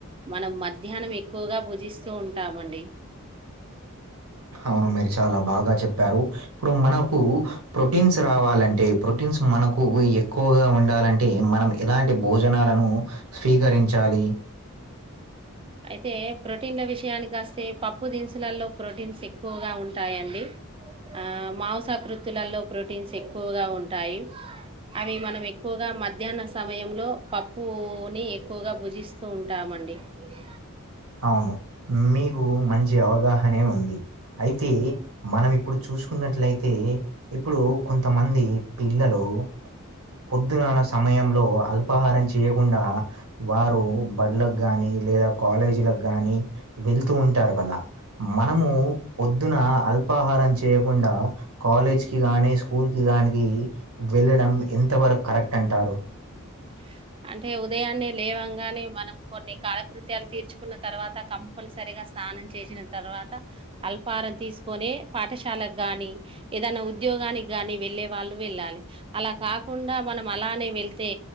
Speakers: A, on the right; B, on the right.
A: మనం మధ్యాహ్నం ఎక్కువగా భుజిస్తూ ఉంటామండి.
B: అవును మీరు చాలా బాగా చెప్పారు. ఇప్పుడు మనకు ప్రోటీన్స్ రావాలంటే ప్రోటీన్స్ మనకు ఎక్కువగా ఉండాలంటే మనం ఎలాంటి భోజనాలను స్వీకరించాలి.
A: అయితే ప్రోటీన్ల విషయానికి వస్తే పప్పు దినుసులలో ప్రోటీన్స్ ఎక్కువగా ఉంటాయండి. ఆ మాంసకృత్తులలో ప్రోటీన్స్ ఎక్కువగా ఉంటాయి. అవి మనం ఎక్కువగా మధ్యాహ్న సమయంలో పప్పుని ఎక్కువగా భుజిస్తూ ఉంటామండి. ఈ <unintelligible>
B: అవును మీకు మంచి అవగాహనే ఉంది. అయితే మనం ఇప్పుడు చూసుకున్నట్లయితే, ఇప్పుడు కొంతమంది పిల్లలు పొద్దుగాన్న సమయంలో ఆల్ఫా అల్పాహారం చేయకుండా వారు బళ్లకు గానీ లేదా కాలేజీ కి వెళ్తూ ఉంటారు కదా మనము ద్ పొద్దున అల్పాహారం చేయకుండా కాలేజ్ కి గానీ స్కూల్ కి గానీ వెళ్ళడం ఎంతవరకు కరెక్ట్ అంటారు.
A: <inaudible> అంటే ఉదయాన్నే లేవంగానే మనం కొన్ని కాలకృత్యాలు తీర్చుకున్న తర్వాత కంపల్సరీ స్నానం చేసిన తర్వాత, అల్ఫారం తీసుకొనే పాఠశాలకు గాని ఏదైనా ఉద్యోగానికి గాని వెళ్ళలే వాళ్ళు వెళ్ళాలి. అలా కాకుండా మనం అలానే వెళితే